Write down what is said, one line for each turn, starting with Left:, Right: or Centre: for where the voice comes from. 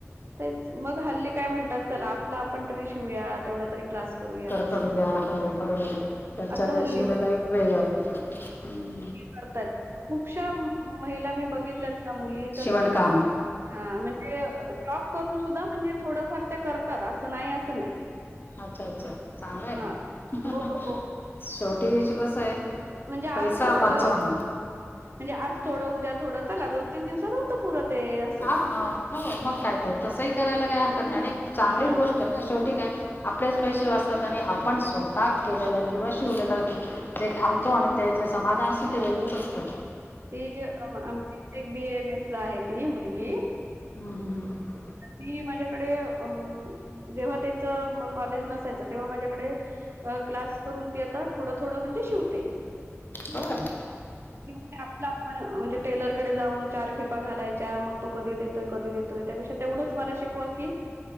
Right: तेच मग हल्ली काय म्हणतात चला आपलं आपण तरी शिवया तेवढा तरी क्लास करूया
Left: कर
Right: असं
Left: करया हो बरोबर घरच्या
Right: असं
Left: घरी
Right: हल्ली
Left: शिवलेला एक वेगं हम्म
Right: करतात खूपश्या महिला मी बगिला ना मुली तर
Left: शिवणकाम
Right: ह म्हणजे जॉब करून सुद्धा म्हणजे थोडंफार त्या करतात असं नाही असं नाही
Left: अच्छा अच्छा चांगलं आहे
Right: हां.
Left: ना
Right: हो, हो.
Left: शेवटी विषयं कस आहे
Right: म्हणजे आज
Left: पैसा
Right: थोडं
Left: वाचवणे
Right: म्हणजे आज थोडं उद्या थोडं चला दोन तीन दिवसात होतो. पुूर ते असं
Left: हा हो मग काय तर तसही करायला काय हरकत नाही आणि चांगलीच
Right: हा
Left: गोष्ट शेवटी काय आपलेच पैसे वाचतात आणि आपण स्वतः केलेलं किंवा शिवलेलं जे घालतो आणि ते जे समाधान असत ते वेगळंच असतं.
Right: ती आमच्या एक बी एम एस ला आहे ती मुलगी
Left: हम् हम हम
Right: ती माझ्याकडे अ जेव्हा त्याचं म कॉलेज नसायचं तेव्हा माझ्याकडे अ क्लास करून ती आता थोडं थोडं म्हणजे शिवते.
Left: बरं.
Right: ते म्हणते आपले आपण म्हणजे टेलरकडे जाऊन चार खेपा घालायच्या मग तो कधी देतोय कधी देतोय त्यापेक्षा तेवढंच मला शिकवा की